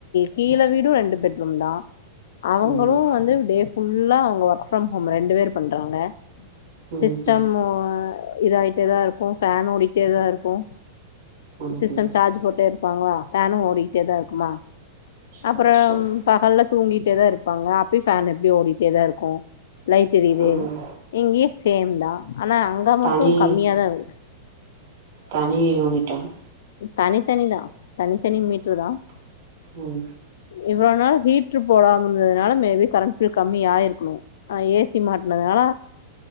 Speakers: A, on the left; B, on the right.
A: கீல வீடும் ரெண்டு பெட்ரூம் தான் அவங்களும்
B: ம்
A: வந்து டே ஃபுல்லா அவங்க ஒர்க் ஃப்ரம் ஹோம் ரெண்டு பேர் பண்றாங்க
B: ம்
A: சிஸ்டம்
B: ம்
A: இதாயிட்டேதான் இருக்கும் ஃபேன் ஓடிட்டேதான் இருக்கும்
B: ம்
A: சிஸ்டம்
B: ம்
A: சார்ஜ் போட்டே இருப்பாங்களா பேனும் ஓடிக்கிட்டே தான் இருக்குமா
B: சேரி
A: அப்புறம்
B: சேரி
A: பகல்லல தூங்கிட்டு தான் இருப்பாங்கப்பி பேன் எப்படி ஓடிட்டேதான் இருக்கும் லைட் எரிது
B: ம்
A: இங்கேயும் சேம் தான் ஆனா அங்க
B: தனி
A: மட்டும் கம்மியாதான்
B: தனி யுனிட்டான்
A: தனித்தனிதான் தனித்தனி மீடரு தான்
B: உம்
A: இவ்வளவு நால ஹீடரு போடாமனதுனால மேபி கரண்ட் கம்மிய ஆயிருக்கணும் ஆனா ஏசி மாட்டனதுனால